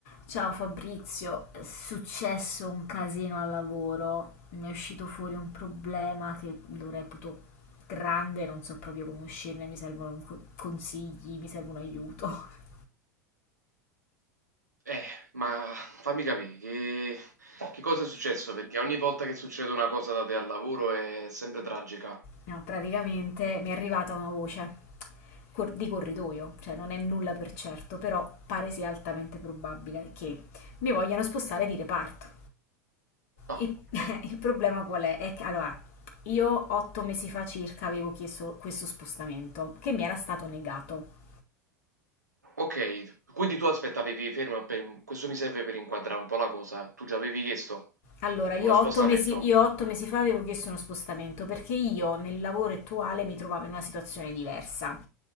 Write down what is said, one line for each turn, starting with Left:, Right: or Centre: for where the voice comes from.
Left: Ciao Fabrizio, è successo un casino al lavoro, mi è uscito fuori un problema che lo reputo grande, non so proprio come uscirne, mi servono co- consigli, mi serve un aiuto. <laughs>
Right: Eh, ma fammi capire, che, che cosa è successo? Perché ogni volta che succede una cosa da te al lavoro è sempre tragica.
Left: No, praticamente mi è arrivata una voce cor- di corridoio, cioè non è nulla per certo, però pare sia altamente probabile che mi vogliano spostare di reparto.
Right: Ah,
Left: Il, <laughs> il problema qual è? È che allora, io otto mesi fa circa avevo chiesto questo spostamento che mi era stato negato.
Right: ok, quindi tu aspettavi, fermo, per- questo mi serve per inquadrare un po' la cosa. Tu già avevi chiesto
Left: Allora,
Right: uno
Left: io
Right: spostamento.
Left: otto mesi, io otto mesi fa avevo chiesto uno spostamento perché io nel lavoro attuale mi trovavo in una situazione diversa.